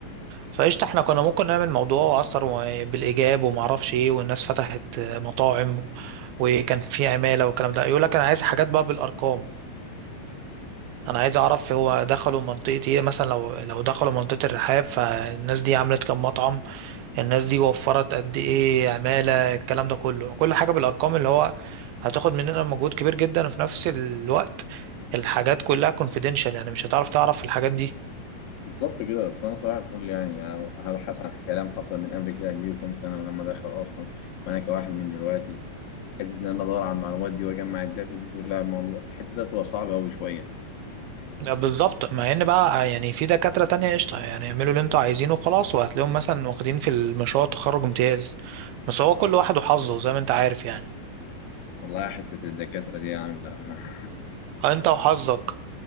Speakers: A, on the right; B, on the left.
A: فقشطة احنا كنا ممكن نعمل موضوع أثر و- بالإيجاب وما أعرفش إيه والناس فتحت مطاعم وكان في عمالة والكلام ده يقول لك أنا عايز حاجات بقى بالأرقام أنا عايز أعرف هو دخلوا منطقة إيه مثلا لو لو دخلوا منطقة الرحاب فالناس دي عملت كام مطعم الناس دي وفرت قد إيه عمالة الكلام ده كله كل حاجة بالأرقام اللي هو هتاخد مننا مجهود كبير جدا وفي نفس الوقت الحاجات كلها confidential يعني مش هتعرف تعرف الحاجات دي
B: بالظبط كده أصل أنا صباح الفل يعني يعني أنا هبحث عن كلام حصل من قبل كده دي وكام سنة لما دخل أصلا وأنا كواحد من دلوقتي حتة إن أنا أدور على المعلومات دي وأجمع الداتا دي كلها الموضوع الحتة ده تبقى صعبة أوي شوية
A: لا، بالظبط مع ان بقى يعني في دكاترة تانية قشطة يعني اعملوا اللي انتوا عايزينه وخلاص وهتلاقيهم مثلا واخدين في المشروع التخرج امتياز بس هو كل واحد وحظه زي ما انت عارف يعني
B: والله حتة الدكاترة دي عاملة <laughs>
A: ها انت وحظك